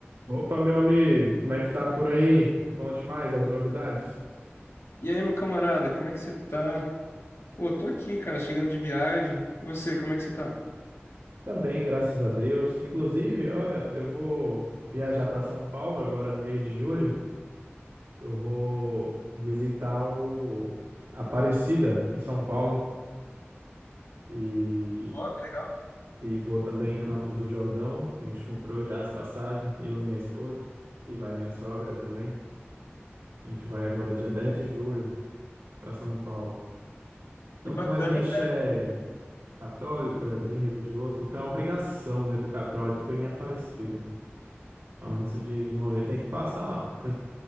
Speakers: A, on the right; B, on the left.
A: Opa, meu amigo, como é que tá por aí? Me conte mais as novidades.
B: E aí, meu camarada, como é que você tá? Pô, tô aqui, cara, chegando de viagem. E você, como é que você tá?
A: Tá bem, graças a Deus. Inclusive, olha, eu vou viajar para São Paulo agora no mês de julho. Eu vou visitar o Aparecida em São Paulo e,
B: Ó, que legal.
A: e vou também em Campos do Jordão. A gente comprou já as passagens, eu e minha esposa, e vai minha sogra também. A gente vai agora dia 10 de julho para São Paulo. Então,
B: Que bacana,
A: como a gente
B: é perto.
A: é Católico, é bem religioso, então é obrigação, né, do católico ir em Aparecida. Antes de morrer, tem que passar lá.